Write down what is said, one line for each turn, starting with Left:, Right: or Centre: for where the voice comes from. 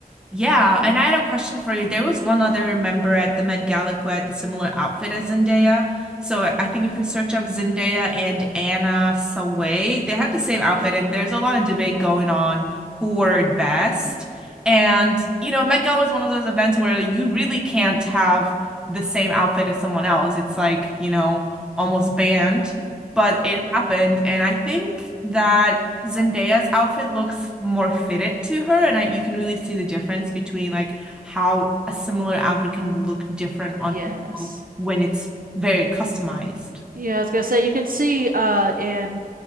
Centre: Yeah, and I had a question for you. There was one other member at the Met Gala who had the similar outfit as Zendaya. So I I think if you search up Zendaya and Anna Sawai, they had the same outfit, and there's a lot of debate going on who wore it best. And you know, Met Gala is one of those events where you really can't have the same outfit as someone else. It's like, you know, almost banned. But
Right: Yeah.
Centre: it happened, and I think that. Zendaya's outfit looks more fitted to her, and I, you can really see the difference between like how a similar outfit can look different on
Right: Yes.
Centre: people when it's very customized.
Right: Yeah, I was gonna say you can see uh in